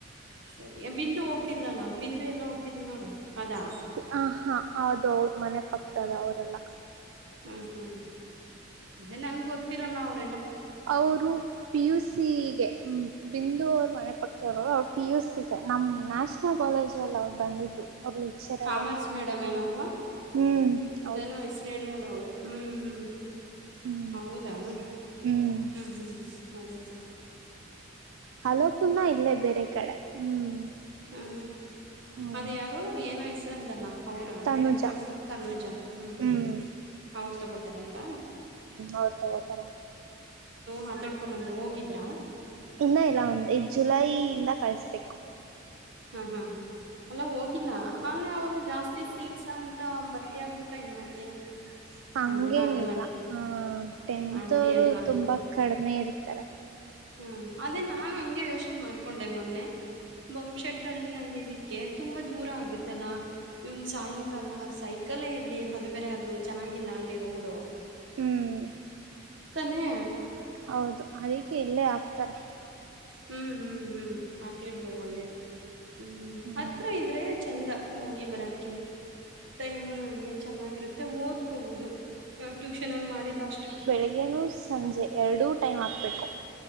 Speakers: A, on the right; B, on the right.
A: ಸರಿ ಬಿಂದು ಹೋಗ್ತಿಲಲ್ಲಾ ಬಿಂದು ಎಲ್ಲ ಹೋಗ್ತಿದ್ಲು ನೋಡು ಅದಾ
B: ಹ ಹಾ ಹದು ಅವ್ರ ಮನೆ ಪಕ್ತದ ಅವರೆಲ್ಲ
A: ಹ್ಮ ಹ್ಮ್ ಅೆ ನಂಗೆ ಗೊತ್ತಿರಲ್ಲ ಅವರ
B: ಅವರು ಪಿಯುಸಿಗೆ ಬಿಂದು ಅವ್ರ ಮನೆ ಪಕ್ಕದವರು ಅವ್ರರು ಪಿ ಯು ಸಿ ನಮ್ ನ್ಯಾಷನಲ್ ಕಾಲೇಜ್ ಅಲ್ಲಿ ಅವ್ರು ಬಂದಿದ್ರು ಅವ್ರ ಲೆಕ್ಚರರ್
A: ಕಾಮರ್ಸ್
B: ಅವರು
A: ಮೇಡಮ್ ಏನಲ್ವಾ
B: ಹ್ಮ್ ಹೌದು
A: ಇದ ನ ಹೆಸರ ಹೇಳೋಳು ಹ್ಞ ಹ್ಞೂ
B: ಹ್ಮ್
A: ಹೌದಾ ಹ್ಞ
B: ಹ್ಮ್
A: ಹ್ಞೂ ಹ್ ಅದೇದ
B: ಅಲೋಕಣ ಇಲ್ಲೇ ಬೇರೆ ಕಡೆ ಹ್ಮ್
A: ಹಾಞ
B: ಹ್ಮ್
A: ಅದ ಯಾರು ಏನೋ ಹೆಸರು ಅಂದಲ್ಲ ಅವರಾ
B: ತನುಜ
A: ಮೇಡಮ್ ತಗಳೋದು ತನುೂಜ ಹ್ಞೂ ಹ್ಞೂ
B: ಹ್ಮ್
A: ಅವ್ರು ತೊಗೋತಾರಂತ
B: ಅವ್ರು ತಗೋತಾರಂತೆ
A: ಮಾತಾಡ್ಕೊ ಬಂದ್ರು ಹೋಗಿದ್ರಾ
B: ಇನ್ನ ಇಲ್ಲ ಒ ಜುಲೈಯಿಂದ ಕಳಸ್ಬೇಕು
A: ಹ್ಮ್ ಹ್ಮ್ ಅಲ್ಲ ಹೋಗಿಲ್ಲ ಅಲ್ಲೇ ಅವ್ರ ಜಾಸ್ತಿ ಸೀಟ್ಸ್ ಅಂತ ಬರ್ತಿ ಆಗ್ಬಿಟ್ರೆ ಏನ್ ಮಾಡ್ತೀರಾ
B: ಹಂಗೇನಿಲ್ಲ
A: ಹಂಗೆಲ್ಲ ಆಗಲ್ಲ ಅಂತೀಯ.
B: ಹ ಟೆಂತ್
A: ಹಳ್ಳಿ
B: ಅವರು
A: ಅಲ್ವಾ
B: ತುಂಬಾ ಕಡಿಮೆ ಇರ್ತಾರೆ
A: ಹ್ಮ ಅದೇ ನಾನು ಹಂಗೆ ಯೋಚನೆ ಮಾಡ್ಕೊಂಡೆ ಮೊನ್ನೆ ಬೊಮ್ ಶೆಟ್ ಳ್ಳಿ ಅಂದ ಇದಕ್ಕೆ ತುಂಬಾ ದೂರ ಆಗುತ್ತಲ್ಲಾ ಇ ಸಾಯಂಕಾಲ ಸೈಕಲ್ ಇಲ್ಲಿ ಅದು ಬೇರೆ ಅದು ಚೆನ್ನಾಗಿಲ್ಲ ಅಲ್ಲಿ ರೋಡ್
B: ಹ್ಮ್
A: ತನೆ
B: ಹೌದು ಅದಕೆ ಇಲ್ಲೇ ಹಾಕ್ತಾರೆ
A: ಹ್ಞ ಹ್ಞ ಹ್ಞ ಹಾಕ್ಲಿ ಬಿಡು ಒಳ್ಳೇದು ಹ್ಞ ಹ
B: ಹ್ಮ್
A: ಹತ್ರಿ ಇದ್ದರೆ ಚಂದ ಹೋಗಿ ಬರಕ್ಕೆ ಟೈಮ್ ನಂಗೆ ಚೆನ್ನಾಗಿರುತ್ತೆ ಓದ್ಕುದು ಟ್ಯೂಷನ್ ಅಲ್ ಮಾಡಿದ ಅಷ್ಟಕ್
B: ಬೆಳಗೇನು ಸಂಜೆ ಎರಡುೂ ಟೈಮ್ ಹಾಕ್ಬೇಕು